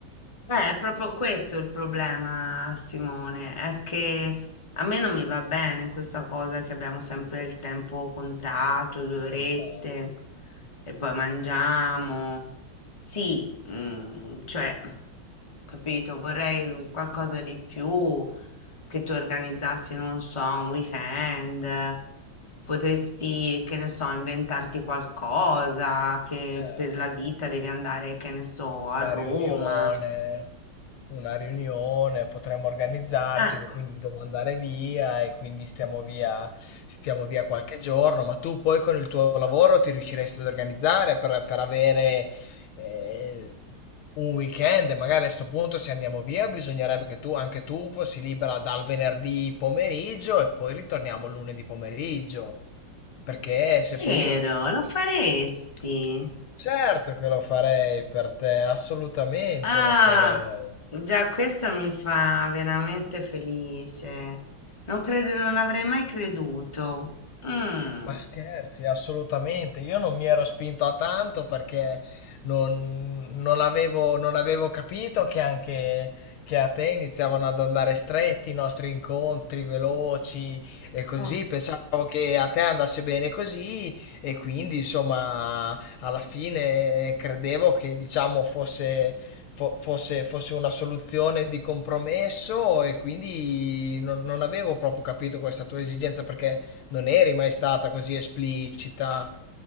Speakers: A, on the left (about 20°); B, on the left (about 80°).
A: Eh, è proprio questo il problema, Simone, è che a me non mi va bene questa cosa che abbiamo sempre il tempo contato, due orette,
B: Contatto,
A: e poi mangiamo. Sì, mm, cioè, capito, vorrei un qualcosa di più, che tu organizzassi, non so, un weekend, potresti, che ne so, inventarti qualcosa, che
B: certo.
A: per la ditta devi andare, che ne so, a
B: Una
A: Roma
B: riunione, una riunione, potremmo organizzarci
A: Ah,
B: che quindi devo andare via e quindi stiamo via, stiamo via qualche giorno, ma tu poi con il tuo lavoro ti riusciresti ad organizzare per, per avere eh, un weekend e magari a sto punto se andiamo via bisognerebbe che tu, anche tu fossi libera dal venerdì pomeriggio e poi ritorniamo lunedì pomeriggio, perché se poi
A: vero,
B: io...
A: lo faresti.
B: Certo che lo farei per te, assolutamente
A: Ah,
B: lo farei.
A: già questo mi fa veramente felice. Non crede, non avrei mai creduto. Mm,
B: Ma scherzi, assolutamente. Io non mi ero spinto a tanto perché non, non avevo, non avevo capito che anche che a te iniziavano ad andare stretti i nostri incontri veloci e così.
A: oh,
B: Pensavo che a te andasse bene così e quindi, insomma, alla fine credevo che, diciamo, fosse, fo- fosse, fosse una soluzione di compromesso e quindi non non avevo proprio capito questa tua esigenza perché non eri mai stata così esplicita.